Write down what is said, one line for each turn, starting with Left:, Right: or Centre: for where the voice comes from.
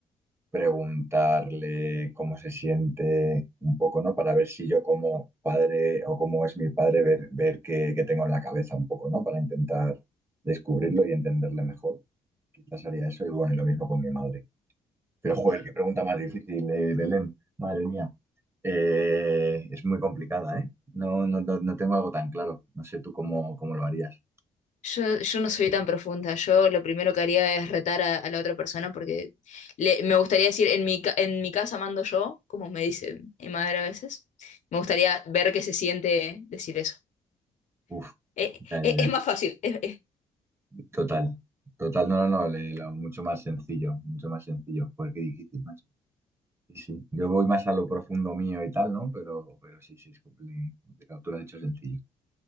Right: preguntarle cómo se siente un poco, ¿no? Para ver si yo como padre o cómo es mi padre, ver, ver qué, qué tengo en la cabeza un poco, ¿no? Para intentar descubrirlo y entenderle mejor. Quizás haría eso y bueno, y lo mismo con mi madre. Pero
Left: Ok.
Right: joder, qué pregunta más difícil, eh, Belén, madre mía. Eh, es muy complicada, ¿eh? No, no, no, no tengo algo tan claro. No sé tú cómo, cómo lo harías.
Left: Yo, yo no soy tan profunda. Yo lo primero que haría es retar a, a la otra persona porque le- me gustaría decir, en mi, ca- en mi casa mando yo, como me dice mi madre a veces. Me gustaría ver qué se siente decir eso.
Right: Uf,
Left: Eh,
Right: ya,
Left: eh,
Right: ya, ya.
Left: es más fácil. eh, eh.
Right: Total. Total, no, no, no, le- lo- mucho más sencillo, mucho más sencillo. Joder, qué difícil, macho. Sí, sí. Yo voy más a lo profundo mío y tal, ¿no? Pero, pero sí, sí, es compli- complicado. Tú lo has dicho sencillo.